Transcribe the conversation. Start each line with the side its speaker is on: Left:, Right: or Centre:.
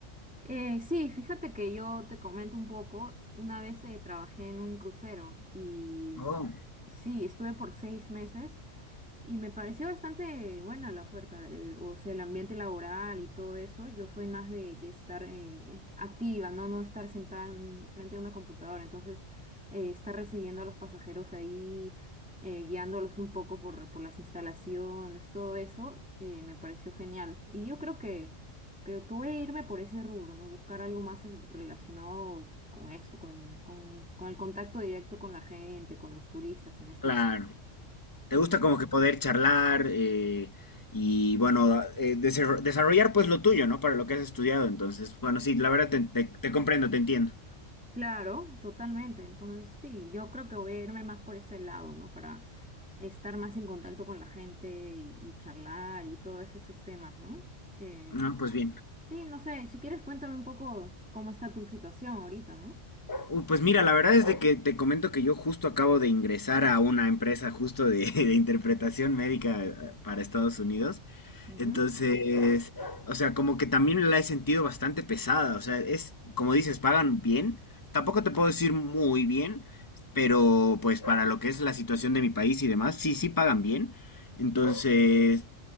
Centre: Eh, sí, fíjate que yo te comento un poco, una vez eh, trabajé en un crucero y mm,
Left: Oh,
Centre: sí, estuve por seis meses Y me pareció bastante buena la oferta, el- o sea, el ambiente laboral y todo eso. Yo soy más de, de estar em, eh, activa, ¿no? No estar sentada en frente a una computadora. Entonces, eh, estar recibiendo a los pasajeros ahí, eh, guiándolos un poco por, por las instalaciones, todo eso, eh, me pareció genial. Y yo creo que, que, que voy a irme por ese rubro, ¿no? Buscar algo más eh, relacionado con eso, con, con, con el contacto directo con la gente, con los turistas en este
Left: claro.
Centre: caso.
Left: ¿Te
Centre: Sí.
Left: gusta como que poder charlar eh, y bueno, da- eh, deser- desarrollar pues lo tuyo, ¿no? Para lo que has estudiado. Entonces, bueno, sí, la verdad te, te te comprendo, te entiendo.
Centre: Claro, totalmente. Entonces, sí, yo creo que voy a irme más por ese lado, ¿no? Para estar más en contacto con la gente y, y charlar y todos esos temas, ¿no? Eh,
Left: No, pues bien.
Centre: sí, no sé, si quieres cuéntame un poco cómo está tu situación ahorita, ¿no?
Left: Uh, Pues mira, la verdad es de que te comento que yo justo acabo de ingresar a una empresa justo de, <laughs> de interpretación médica eh, para Estados Unidos.
Centre: Ujú,
Left: Entonces, o sea, como que también la he sentido bastante pesada. O sea, es, como dices, pagan bien. Tampoco te puedo decir muy bien, pero pues para lo que es la situación de mi país y demás, sí, sí pagan bien. Entonces,